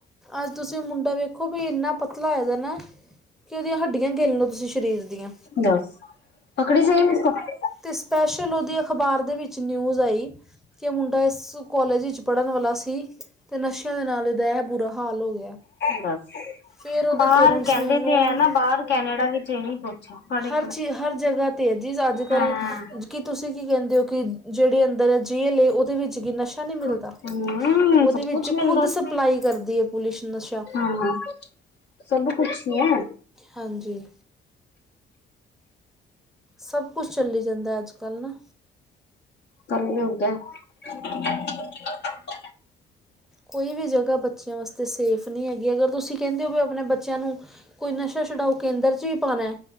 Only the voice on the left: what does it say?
ਦਸ ਪਕੜ ਜਾਈ <unintelligible>
ਬੱਸ
ਬਾਹਰ
ਕਹਿੰਦੇ
ਤੇ ਹੈ ਨਾ ਬਾਹਰ ਕੈਨੇਡਾ ਵਿੱਚ ਇਹੀ ਆ। ਬੜੇ
ਹਾਂ,
ਹੂੰ
ਸਭ
ਕੁਛ ਮਿਲਦਾ
ਉੱਥੇ।
ਹਾਂ, ਸਭ ਕੁਛ ਨ ਐ।
ਕਲਯੁੱਗ ਐ। <unintelligible>